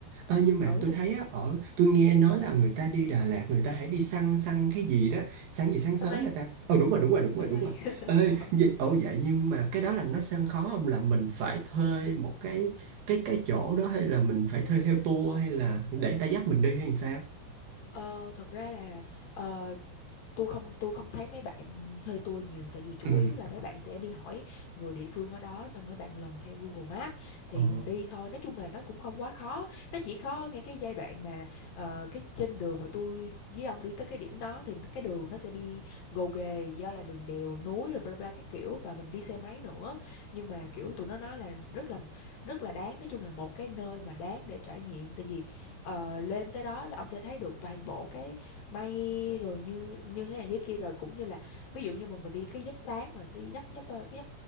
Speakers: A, on the right (about 65°); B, on the left (about 60°).
A: Ê, nhưng mà
B: ừ,
A: tôi thấy á, ở tôi nghe nói là người ta đi Đà Lạt người ta hãy đi săn săn cái gì đó săn gì sáng sớm
B: xong anh,
A: nè ta ờ đúng rồi đúng rồi đúng rồi
B: xong
A: đúng
B: anh.
A: rồi
B: <laughs>
A: Ê, vậy, ồ vậy nhưng mà cái đó là nó săn khó không là mình phải thuê một cái cái cái chỗ đó hay là mình phải thuê theo tour hay là để người ta dắt mình đi hay sao
B: Ờ, thật ra là ờ, tôi không tôi không thấy mấy bạn thuê tour nhiều tại vì chủ
A: ừ
B: yếu là mấy bạn sẽ đi hỏi người địa phương ở đó xong mấy bạn lần theo Google Maps thì
A: ờ
B: mình đi thôi nói chung là nó cũng không quá khó nó chỉ khó ngay cái giai đoạn mà ờ, cái trên đường mà tôi với ông đi tới cái điểm đó thì cái đường nó sẽ bị gồ ghề do là đường đèo núi rồi bla bla các kiểu và mình đi xe máy nữa nhưng mà kiểu tụi nó nói là rất là rất là đáng nói chung là một cái nơi mà đáng để trải nghiệm tại vì ờ, lên tới đó là ông sẽ thấy được toàn bộ cái may rồi như như thế này thế kia rồi cũng như là ví dụ như mà mình đi cái giấc sáng mà đi giấc giấc ờ, cái giấc